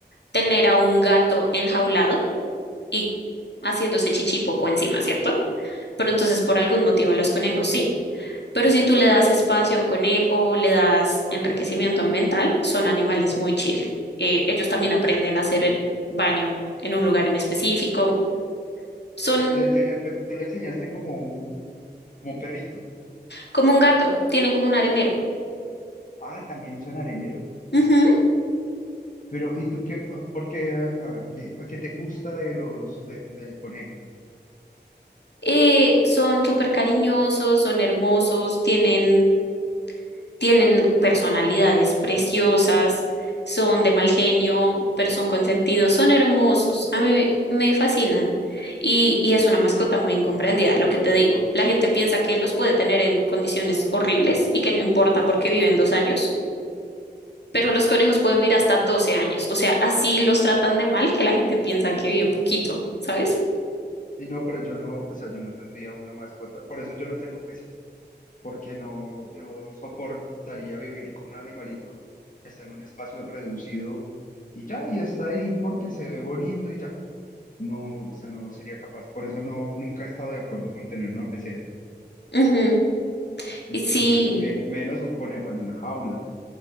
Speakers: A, on the left; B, on the left.
A: tener a un gato enjaulado y haciéndose chichipopo encima, ¿cierto? Pero entonces por algún motivo a los conejos sí. Pero si tú le das espacio a un conejo, le das enriquecimiento ambiental, son animales muy chill. Eh, ellos también aprenden a hacer el baño en un lugar en específico. Son
B: Te- Le enseñas, pero tú le enseñaste como un, como un perrito.
A: como un gato, tienen como un arenero.
B: Ah, ¿también usan arenero?
A: Ujú.
B: Pero, ¿y tú qué? Porque, a a ver, ¿qué, qué te gusta de los, de- del conejo?
A: Eh, son súper cariñosos, son hermosos, tienen tienen personalidades preciosas, son de mal genio, pero son consentidos, son hermosos, a mí me fascinan. Y, y es una mascota muy incomprendida, lo que te digo. La gente piensa que los puede tener en condiciones horribles y que no importa porque viven dos años, pero los conejos pueden vivir hasta 12 años. O sea, así los tratan de mal que la gente piensa que vive poquito, ¿sabes?
B: Sí, no, pero yo no, o sea, yo no tendría una mascota, por eso yo no tengo peces, porque no, no soportaría vivir con un animalito que está en un espacio reducido y ya, y está ahí porque se ve bonito y ya. No, o sea, no sería capaz. Por eso no, nunca he estado de acuerdo con tener una pecera.
A: Ujú.
B: Entonces,
A: Y sí,
B: pues, me- menos un conejo en una jaula.